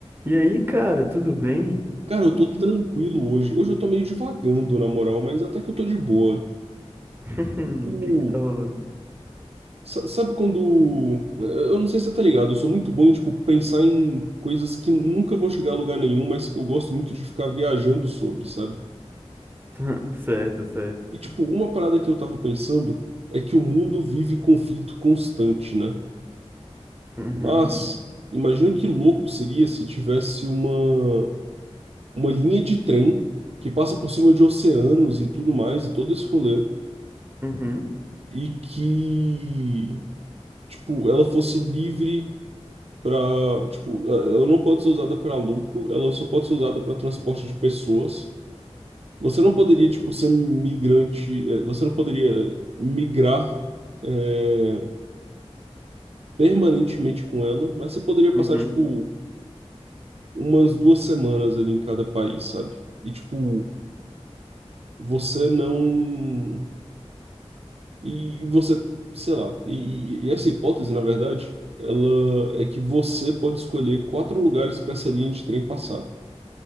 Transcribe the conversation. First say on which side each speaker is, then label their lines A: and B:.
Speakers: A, on the right (about 20°); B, on the right (about 65°).
A: E aí, cara, tudo bem?
B: Cara, eu tô tranquilo hoje. Hoje eu tô meio divagando, na moral, mas até que eu tô de boa.
A: <laughs>
B: O...
A: O que que tá rolando?
B: sa- Sabe quando. né, Eu não sei se você tá ligado, eu sou muito bom em, tipo, pensar em coisas que nunca vão chegar a lugar nenhum, mas que eu gosto muito de ficar viajando sobre, sabe?
A: <laughs> Certo, certo.
B: E, tipo, uma parada que eu tava pensando é que o mundo vive conflito constante, né?
A: Uhum,
B: Mas, imagina que louco seria se tivesse uma, uma linha de trem que passa por cima de oceanos e tudo mais, e todo esse rolê.
A: uhum,
B: e que, tipo, ela fosse livre para, tipo, ela não pode ser usada para lucro, ela só pode ser usada para transporte de pessoas. Você não poderia, tipo, ser migrante, eh, você não poderia migrar eh, permanentemente com ela, mas você poderia
A: uhum.
B: passar, tipo, umas duas semanas ali em cada país, sabe? E, tipo, você não. E você, sei lá, e, e essa hipótese, na verdade, ela é que você pode escolher quatro lugares para essa linha de trem passar.